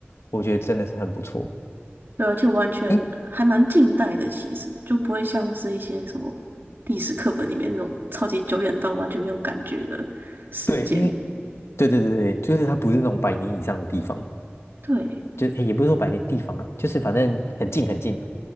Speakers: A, on the left; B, on the right.
A: 我觉得真的是很不错。
B: 对，而且完全还蛮近代的，
A: 诶，
B: 其实就不会像是一些什么历史课本里面那种超级久远到完全没有感觉的事件。
A: 对，因为对对对对，就是它不是那种百年以上的地方，
B: 对，
A: 就诶也不是说百年地方啊，就是反正很近很近嘛。